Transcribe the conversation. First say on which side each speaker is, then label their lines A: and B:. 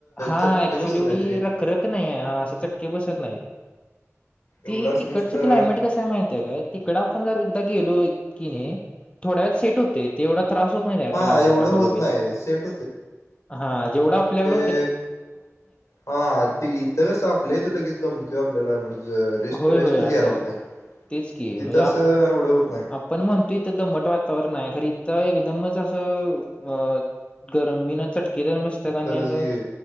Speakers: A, on the left; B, on the left.
A: हा
B: चटके
A: ऍक्च्युली
B: बसत
A: एवढी
B: नाहीत रे
A: रखरख नाही आहे हा असे चटके बसत नाहीत ती
B: एवढं असं
A: तिकडच
B: नुसतं
A: क्लायमेट कस आहे माहिती आहे काय, तिकड आपण जर गेलो किणी थोड्या वेळात सेट होते तेवढ त्रास होत नाही काय
B: हा
A: क्लायमेटला
B: एवढं
A: बघितल्यावर,
B: होत नाही सेट
A: हा जेवढ आपल्याकड
B: ते हा ते इथ कस आपल्या इथ लगेच दमतय आपल्याला म्हणजे रेस्ट
A: होय
B: रेस्टच
A: होय असं
B: घ्याय लागतोय
A: तेच की
B: तिथं
A: म्हणजे आप-
B: असं एवढं होत नाय.
A: आपण म्हणतो इथं दमट वातावरण आहे खरं एकदमच असं अ गरमी न चट किरण बसत्यात आणि
B: खरंच
A: असं
B: की